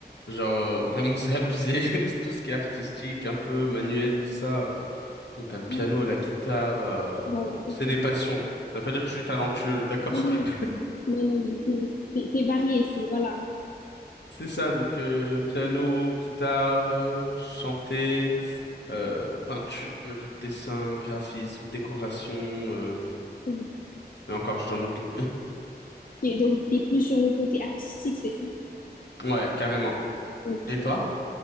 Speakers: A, on the left (about 85°); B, on the left (about 55°).
A: Genre, euh, vraiment, c'est abusé. <laughs> Tout ce qui est artistique, un peu manuel, tout ça. Donc, t'as le piano,
B: Ah, ok.
A: la guitare. euh,
B: Waouh,
A: Bon,
B: ok.
A: c'est des passions. Ça veut pas dire que je suis talentueux, d'accord?
B: Oui,
A: <laughs>
B: non, non, mais c'est c'est- c'est varié, c'est, voilà.
A: C'est ça, donc euh, piano, guitare, euh, chanter, euh, peinture, dessin, graphisme, décoration, euh,
B: Ok,
A: et encore j'en oublie.
B: donc, t'es plus sur le côté artistique, c'est ça?
A: <laughs> Ouais, carrément.
B: Ok.
A: Et toi?